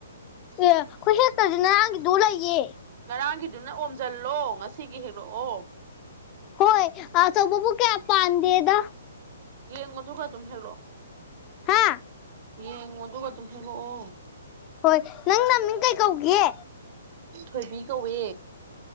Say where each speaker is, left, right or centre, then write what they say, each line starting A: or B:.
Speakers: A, on the left (about 20°); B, on the right (about 40°).
A: ꯑꯦ ꯑꯩꯈꯣꯏ ꯍꯦꯛꯇ꯭ꯔꯖꯨ ꯅꯔꯥꯡꯒꯤꯗꯣ ꯂꯩꯌꯦ
B: ꯉꯔꯥꯡꯒꯤꯗꯨꯅ ꯑꯣꯝꯖꯜꯂꯣ ꯉꯁꯤꯒꯤ ꯍꯦꯛꯂꯛꯑꯣ
A: ꯍꯣꯏ ꯑꯆꯧꯕꯕꯨ ꯀꯌꯥ ꯄꯥꯟꯗꯦꯗ
B: ꯌꯦꯡꯉꯣ ꯑꯗꯨꯒ ꯑꯗꯨꯝ ꯍꯦꯛꯂꯛꯑꯣ
A: ꯍꯥ
B: ꯌꯦꯡꯉꯣ ꯑꯗꯨꯒ ꯑꯗꯨꯝ ꯍꯦꯛꯂꯛꯑꯣ
A: ꯍꯣꯏ ꯅꯪ ꯅꯃꯤꯡ ꯀꯩ ꯀꯧꯒꯦ
B: ꯊꯣꯏꯕꯤ ꯀꯧꯋꯦ